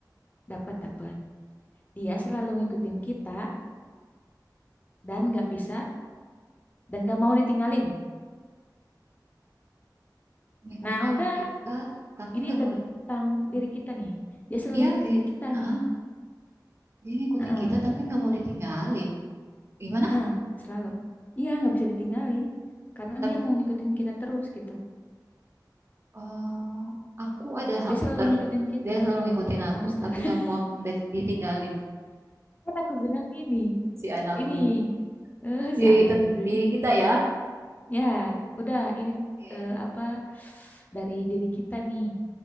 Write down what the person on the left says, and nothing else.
Dapat, dapat. Dia selalu ngikutin kita dan nggak bisa dan nggak mau ditinggalin.
Nah, udah.
Ini
tentang diri kita nih. Dia selalu
ngikutin
kita
nih.
Heeh,
heeh, selalu. Iya, nggak bisa ditinggalin. Karena
dia mau ngikutin kita terus gitu.
Dia selalu ngikutin kita,
hamster.
<laughs>
Kan aku bilang ini,
ini eh,
si Anabel.
Ya, udah ini
eh, apa dari diri kita nih